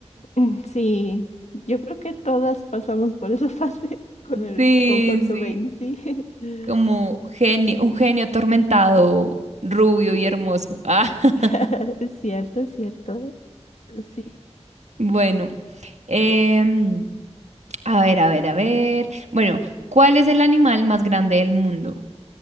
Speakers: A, on the left (about 75°); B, on the right (about 80°).
A: Mm, Sí, yo creo que todas pasamos por esa fase <laughs> con el
B: Sí,
A: con Kurt Cobain,
B: sí,
A: sí. <laughs>
B: como genio, un genio atormentado, rubio y hermoso. Ah, <laughs>
A: <laughs> Es cierto, es cierto. Sí.
B: bueno, em, a ver, a ver, a ver. Bueno, ¿cuál es el animal más grande del mundo?